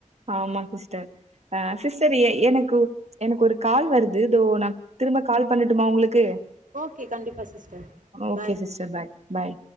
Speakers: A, on the right (about 55°); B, on the right (about 75°).
A: ஆமா சிஸ்டர் ஆ சிஸ்டர் எனக்கு எனக்கு ஒரு கால் வரு து இதோ நா திரும்ப கால் பண்ணட்டுமா உங்களுக்கு
B: ஓகே கண்டிப்பா sister
A: okay
B: bye
A: sister bye பாய்